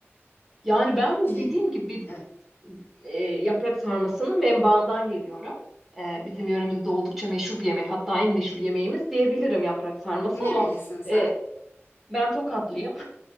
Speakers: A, in the centre; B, on the left (about 55°).
A: yani ben
B: Şey,
A: dediğim gibi
B: evet.
A: e, yaprak sarmasının menbaından geliyorum. E, bizim yöremizde oldukça meşhur bir yemek. Hatta en meşhur yemeğimiz diyebilirim yaprak sarması
B: Nerelisin
A: ama
B: sen?
A: e, ben Tokatlıyım.